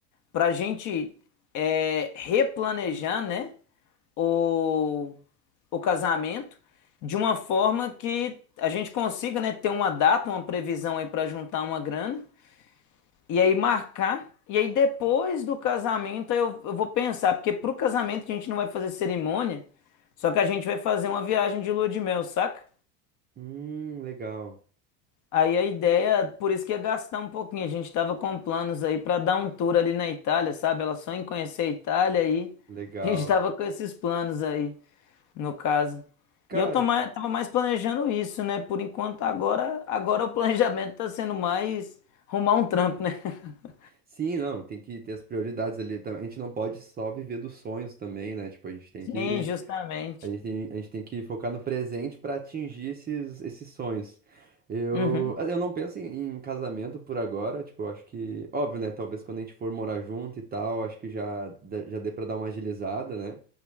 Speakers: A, on the left; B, on the right.
A: pra gente é, replanejar, né, o, o casamento de uma forma que a gente consiga, né, ter uma data, uma previsão aí para juntar uma grana e aí marcar. E aí depois do casamento eu, eu vou pensar, porque pro casamento a gente não vai fazer cerimônia, só que a gente vai fazer uma viagem de lua de mel, saca?
B: Hum, legal,
A: Aí a ideia, por isso que ia gastar um pouquinho, a gente tava com planos aí pra dar um tour ali na Itália, sabe? Ela só em conhecer a Itália aí.
B: legal.
A: A gente tava com esses planos aí, no caso.
B: Cara,
A: E eu tô mais, tava mais planejando isso, né? Por enquanto agora, agora o planejamento tá sendo mais arrumar um trampo, né? <laughs>
B: sim, não, tem que ter as prioridades ali. tá? A gente não pode só viver dos sonhos também, né? Tipo, a gente tem
A: Sim,
B: que
A: justamente.
B: A gente tem, a gente tem que focar no presente para atingir esses, esses sonhos. Eu,
A: Uhum.
B: ah, eu não penso em, em casamento por agora, tipo, eu acho que, óbvio, né? Talvez quando a gente for morar junto e tal, acho que já, dá- já dê para dar uma agilizada, né?